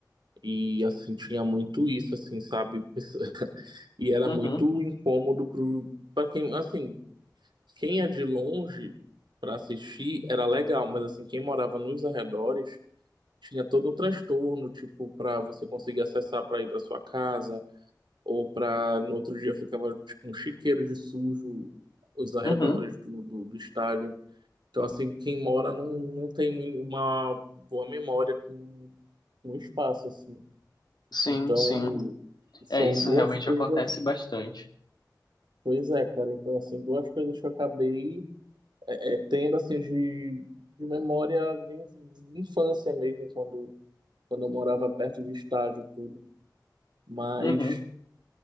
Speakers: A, on the right; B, on the left.
A: E assim, tinha muito isso, assim, sabe? Pesso- <laughs> E era
B: Uhum.
A: muito incômodo pro, pra quem, assim. Quem é de longe para assistir era legal, mas assim, quem morava nos arredores tinha todo um transtorno, tipo, para você conseguir acessar para ir para sua casa, ou para no outro dia ficava tipo, um chiqueiro de sujo os arredores
B: Uhum.
A: do, do, do estádio. Então, assim, quem mora não, não tem uma boa memória com o espaço, assim.
B: Sim,
A: Então,
B: sim.
A: são
B: É, isso
A: duas
B: realmente
A: coisas.
B: acontece bastante.
A: Pois é, cara. Então, assim, duas coisas que eu acabei é, é, tendo assim de, de memória de, de infância mesmo, quando, quando eu morava perto de estádio e tudo. Mas
B: Uhum.